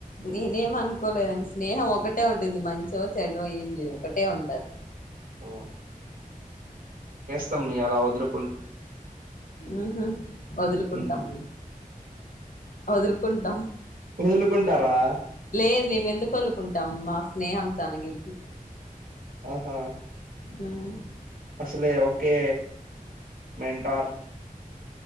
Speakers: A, on the left; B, on the right.
A: నేనేం అనుకోలేదండి స్నేహం ఒకటే ఉంటుంది మంచో చెడో ఏం లేదు ఒకటే ఉంటాది.
B: ఆ, త్తం నీయలాదరు
A: ఉహు వదులుకుంటామం
B: ఉమ్.
A: మనం వదులుకుంటాం
B: వొదులుకుంటారా
A: లేదు మేము ఎందుకు వొదులుకుంటాం మా స్నేహం చానా గెట్టిది.
B: ఆహా
A: ఉ
B: అసలే ఓకే మెంటార్